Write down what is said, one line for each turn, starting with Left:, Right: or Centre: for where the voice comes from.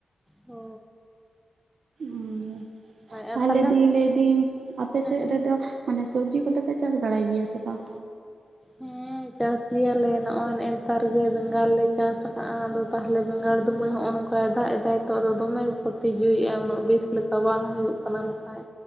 Centre: ᱦᱳ
Right: ᱩᱸ
Centre: ᱟᱨ
Right: ᱛᱟᱦᱞᱮ
Centre: ᱛᱟᱦᱚᱞᱮ
Right: ᱫᱤ ᱞᱟᱹᱭᱫᱟᱹᱧ ᱟᱯᱮ
Centre: ᱦᱮᱸ
Right: ᱥᱮᱫ ᱨᱮᱫᱚ
Centre: ᱦᱮᱸ
Right: ᱢᱟᱱᱮ ᱥᱚᱵᱽᱡᱤ ᱠᱚᱫᱚᱯᱮ ᱪᱟᱥ ᱵᱟᱲᱟᱭ ᱜᱮᱭᱟ ᱥᱮ ᱵᱟᱝ?
Centre: ᱦᱮᱸ ᱪᱟᱥ ᱜᱮᱭᱟᱞᱮ ᱱᱚᱜᱼᱚᱭ ᱱᱮᱜ-ᱛᱟᱨ ᱜᱮ ᱵᱮᱸᱜᱟᱲ ᱞᱮ ᱪᱟᱥ ᱟᱠᱟᱜᱼᱟ ᱟᱫᱚ ᱛᱟᱦᱚᱞᱮ ᱵᱮᱸᱜᱟᱲ ᱫᱚ ᱢᱟᱹᱭ ᱦᱚᱜᱼᱚᱭ ᱱᱚᱝᱠᱟᱭ ᱫᱟᱜ ᱮᱫᱟᱭ ᱛᱚ ᱟᱫᱚ ᱫᱚᱢᱮ ᱛᱤᱡᱩᱭᱮᱫᱼᱟ ᱩᱱᱟᱹᱜ ᱵᱮᱥ ᱞᱮᱠᱟ ᱵᱟᱝ ᱦᱩᱭᱩᱜ ᱠᱟᱱᱟ ᱵᱟᱠᱷᱟᱡ